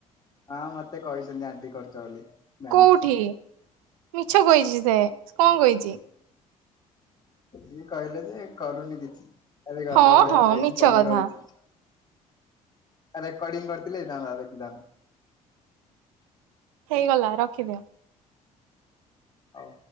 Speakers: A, on the left; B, on the right.
A: ହଁ ମତେ କହିଛନ୍ତି ଆଣ୍ଟି କରୁଛ ବୋଲି ଜାଣିଛି।
B: କୋଉଠି ମିଛ କହିଛି ସେ କଣ କହିଛି।
A: ସିଏ କହିଲେ ଯେ କରୁନି କିଛି ଏବେ ଗଧ
B: ହଁ
A: ଭଳିଆ
B: ହଁ
A: ଶୋଇକି
B: ମିଛ
A: ପଡିକି
B: କଥା
A: ରହୁଛି। ରେକର୍ଡିଂ କରିଥିଲେ ହେଇଥାନ୍ତା ଦେଖି ଥାନ୍ତ।
B: ହେଇଗଲା ରଖିଦିଅ।
A: ହଉ।